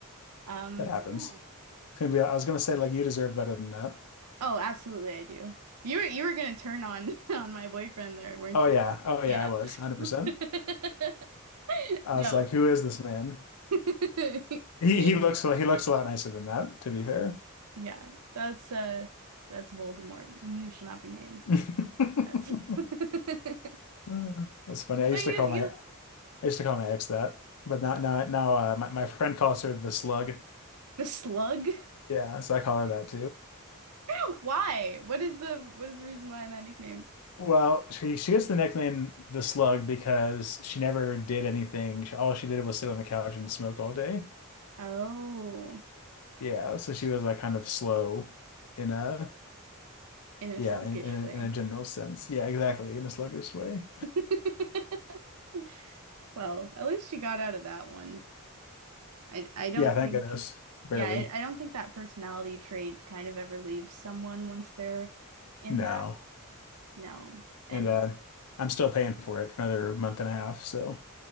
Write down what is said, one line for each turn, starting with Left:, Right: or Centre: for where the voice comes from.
Right: Um,
Left: That happens.
Right: but yeah.
Left: It's gonna be I was gonna say like you deserve better than that.
Right: Oh, absolutely, I do. You were you were gonna turn on <laughs> on my boyfriend there, weren't
Left: Oh
Right: you?
Left: yeah. Oh
Right: Yeah.
Left: yeah, I was 100%.
Right: <laughs>
Left: I
Right: No.
Left: was like, who is this man?
Right: <laughs>
Left: He
Right: You-
Left: he looks he looks a lot nicer than that, to be fair.
Right: Yeah, that's uh that's Voldemort. You shall not be named.
Left: <laughs>
Right: That's <laughs> But
Left: Uh, That's funny. I used
Right: you
Left: to call
Right: you
Left: my I used to call my ex that, but now now now uh, my my friend calls her the slug.
Right: the slug?
Left: Yeah, so I call her that
Right: <laughs> Why? What is the what is the reason behind that nickname?
Left: Well, she she gets the nickname the Slug because she never did anything. She- All she did was sit on the couch and smoke all day.
Right: Oh,
Left: Yeah, so she was like kind of slow in a
Right: in a
Left: yeah,
Right: sluggish
Left: in in a,
Right: way.
Left: in a general sense. Yeah, exactly, in a sluggish way.
Right: <laughs> Well, at least you got out of that one. I I don't
Left: Yeah, thank
Right: think
Left: goodness. Barely.
Right: yeah, I, I don't think that personality trait kind of ever leaves someone once they're in
Left: No.
Right: that. No. And
Left: And uh I'm still paying for it for another month and a half, so